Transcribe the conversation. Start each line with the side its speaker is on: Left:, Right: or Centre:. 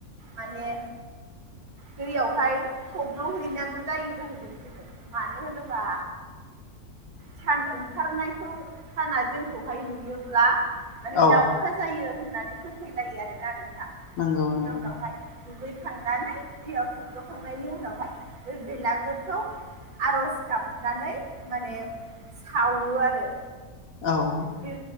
Right: माने दैयावहाय थब्ल'हैनांगौ जायो जाहैदों बि मानो होनोबा सान ओंखारनायखौ साना जोंखौहाय नुयो ब्ला माने
Left: औ
Right: दावउखा जायो होननानै फोथायलायो आरोना नोंथां।
Left: नंगौ
Right: बिदिनो
Left: नंगौ
Right: उनावहाय दुगैखांनानै दैयाव थब्ल'खांनायनि उनावहाय बे बेलागुरखौ आर'ज गाबनानै माने सावो आरो।
Left: औ।
Right: बे